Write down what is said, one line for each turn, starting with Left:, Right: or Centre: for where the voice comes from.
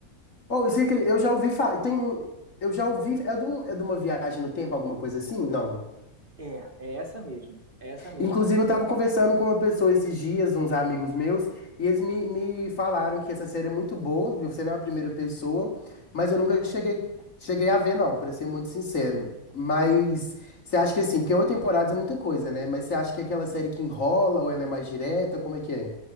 Left: Oh, isso aqui, eu já ouvi falar, tem um- eu já ouvi, é de um- é de uma viagem no tempo, alguma coisa assim? Não.
Right: É, é essa mesmo, é essa mesmo.
Left: Inclusive, eu estava conversando com uma pessoa esses dias, uns amigos meus, e eles me, me falaram que essa série é muito boa, viu? Você não é a primeira pessoa, mas eu nunca cheguei, cheguei a ver, não, para ser muito sincero. Mas você acha que assim, porque oito temporadas é muita coisa, né? Mas você acha que é aquela série que enrola ou ela é mais direta? Como é que é?